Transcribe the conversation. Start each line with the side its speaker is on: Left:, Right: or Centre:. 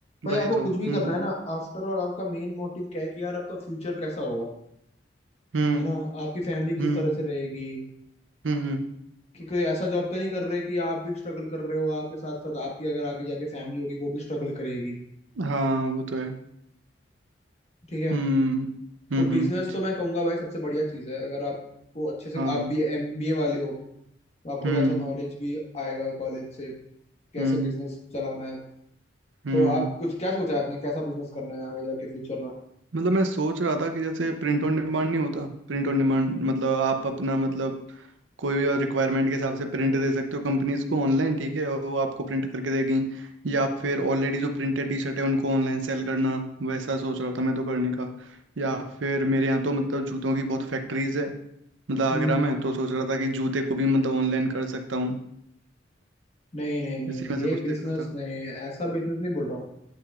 Left: भाई
Right: वही
Left: आपको
Right: तो
Left: कुछ भी
Right: हम्म
Left: करना है ना आफ्टर और आपका मेन मोटिव क्या है कि यार आपका फ्यूचर कैसा होगा
Right: हम्म
Left: है ना आपकी फैमिली किस
Right: हम्म
Left: तरह से रहेगी
Right: हम्म हम्म।
Left: कि कोई ऐसा जॉब तो नहीं कर रहे कि आप भी स्ट्रगल कर रहे हो आपके साथ साथ आपकी अगर आगे जाके फैमिली होगी वो भी स्ट्रगल करेगी
Right: हाँ वो तो है
Left: ठीक है
Right: हम्म हम्म
Left: तो बिजनेस
Right: हम्म
Left: तो मैं कहूंगा भाई सबसे बढ़िया चीज है अगर आपको अच्छे से
Right: हाँ
Left: आप भी एमबीए वाले हो तो आपको
Right: हम्म
Left: तो अच्छा नॉलेज भी आएगा कॉलेज से कैसे
Right: हम्म
Left: बिजनेस चलाना है
Right: हम्म
Left: तो आप कुछ क्या सोचा है आपने कैसा बिजनेस करना है आगे जाके फ्यूचर
Right: मतलब मैं सोच रहा था कि जैसे प्रिंट ऑन डिमांड नहीं होता प्रिंट ऑन डिमांड मतलब आप अपना मतलब कोई भी रिक्वायरमेंट के हिसाब से प्रिंट दे सकते हो कंपनीज को ऑनलाइन ठीक है और वो आपको प्रिंट करके देगी या फिर ऑलरेडी जो प्रिंटेड टी शर्ट है उनको ऑनलाइन सेल करना वैसा सोच रहा था मैं तो करने का या फिर मेरे यहाँ तो मतलब जूतों की बहुत फैक्ट्रीज है मतलब आगरा
Left: में
Right: में तो सोच रहा था कि जूते को भी मतलब ऑनलाइन कर सकता हूँ
Left: नहीं नहीं नहीं
Right: इसी में
Left: ये
Right: से कुछ
Left: बिजनेस
Right: देख रहा था
Left: नहीं ऐसा बिजनेस नहीं बोल रहा हूँ